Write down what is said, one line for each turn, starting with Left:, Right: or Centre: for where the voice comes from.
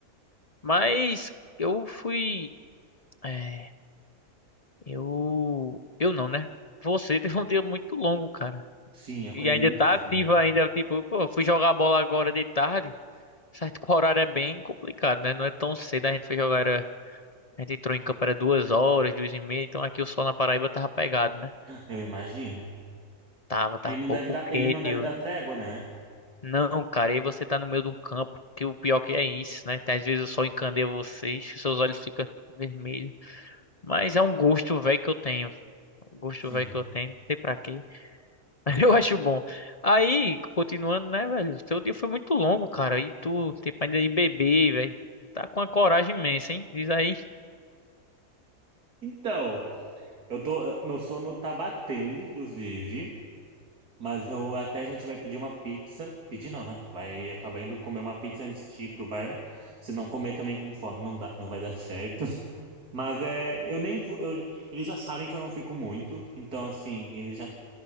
Left: Mas eu fui. É, eu. Eu não, né? Você <laughs> teve um dia muito longo, cara.
Right: Sim, acolher
Left: E ainda
Right: muito
Left: tá
Right: cedo,
Left: ativo
Right: né?
Left: ainda. Tipo, pô, fui jogar bola agora de tarde. Certo que o horário é bem complicado, né? Não é tão cedo. A gente foi jogar. Era... A gente entrou em campo era duas horas, duas e meia. Então aqui o sol na Paraíba tava pegado, né?
Right: Eu imagino.
Left: Tava, tava
Right: Ele
Left: um
Right: não
Left: pouco
Right: deve dar,
Left: quente.
Right: ele não deve dar trégua, né?
Left: Não, cara, e aí você tá no meio de um campo, que o pior que é isso, né? Às vezes o sol encandeia vocês, seus olhos ficam vermelhos. Mas é um gosto velho que eu tenho. Um gosto
Right: Sim.
Left: velho que eu tenho, não sei pra quê. <laughs> Mas eu acho bom. Aí, continuando, né, velho? Seu dia foi muito longo, cara. E tu, tempo ainda de beber, velho. Tá com uma coragem imensa, hein? Diz aí.
Right: Então, eu tô, meu sono tá batendo, inclusive, mas eu até a gente vai pedir uma pizza. Pedir não, né? Vai acabar indo comer uma pizza antes de ir pro bar. Se não comer também com fome, não dá, não vai dar certo. Mas é, eu nem vou, eu- eles já sabem que eu não fico muito, então assim, eles já,